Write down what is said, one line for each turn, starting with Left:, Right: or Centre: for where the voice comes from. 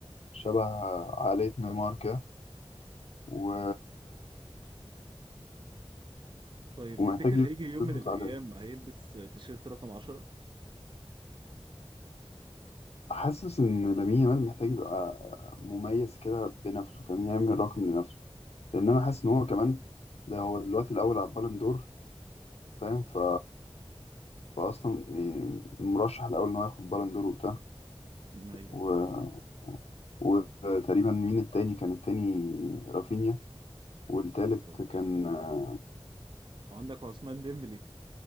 Left: شبه عقليه نيمار كده و...
Right: طيب
Left: ومحتاج
Right: تفتكر هيجي يوم
Left: يظبط
Right: من الأيام
Left: العقليه
Right: هيلبس تيشيرت رقم 10
Left: حاسس ان لامين يامال محتاج يبقى مميز كده بنفسه فاهم يعمل رقم لنفسه لان انا حاسس ان هو كمان ده هو دلوقتي الاول على البالون دور فاهم ف فأصلا إيه، مرشح الأول إن هو ياخد بالون دور وبتاع
Right: ايوه
Left: و... وتقريبا مين التاني كان التاني رافينيا والتالت
Right: و-
Left: كان اه
Right: وعندك عثمان ديمبلي